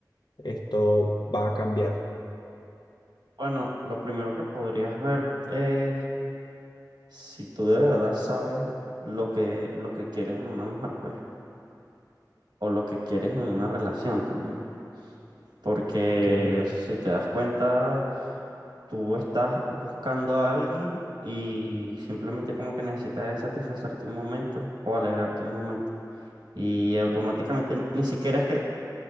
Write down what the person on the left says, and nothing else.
esto va a cambiar.
Ok,